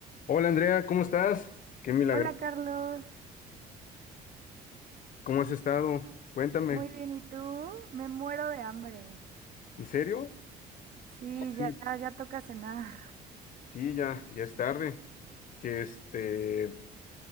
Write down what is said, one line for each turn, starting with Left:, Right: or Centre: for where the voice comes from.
Left: Hola Andrea, ¿cómo estás? Qué milagro.
Right: Hola Carlos,
Left: ¿Cómo has estado? Cuéntame.
Right: muy bien, ¿y tú? Me muero de hambre.
Left: ¿En serio?
Right: Sí,
Left: Sí.
Right: ya, ya toca cenar.
Left: Sí, ya, ya es tarde. Que este,